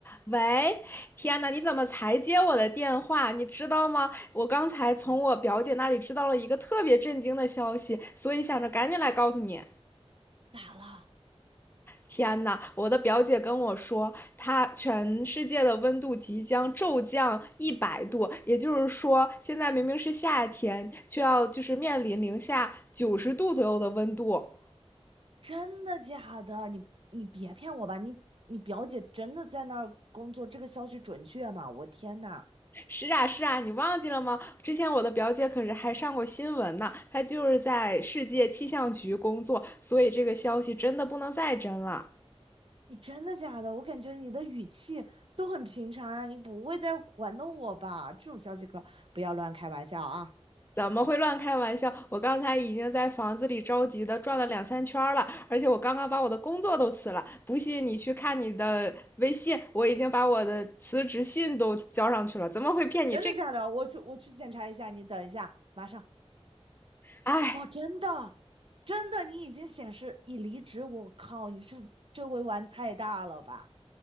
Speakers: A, on the left (about 20°); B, on the right (about 55°).
A: 喂，天呐，你怎么才接我的电话？你知道吗？我刚才从我表姐那里知道了一个特别震惊的消息，所以想着赶紧来告诉你。
B: 咋了？
A: 天呐，我的表姐跟我说，她全世界的温度即将骤降一百度，也就是说，现在明明是夏天，却要就是面临零下九十度左右的温度。
B: 真的假的？你你别骗我吧！你你表姐真的在那儿工作，这个消息准确吗？我天呐，
A: 是啊，是啊，你忘记了吗？之前我的表姐可是还上过新闻呢，她就是在世界气象局工作，所以这个消息真的不能再真了。
B: 你真的假的？我感觉你的语气都很平常呀，你不会在玩弄我吧？这种消息可不要乱开玩笑啊！
A: 怎么会乱开玩笑？我刚才已经在房子里着急的转了两三圈了，而且我刚刚把我的工作都辞了。不信你去看你的微信，我已经把我的辞职信都交上去了。怎么会骗你这？
B: 真的假的？我去我去检查一下，你等一下，马上。
A: 哎，
B: 哇，真的真的，你已经显示已离职。我靠，你是这回玩太大了吧？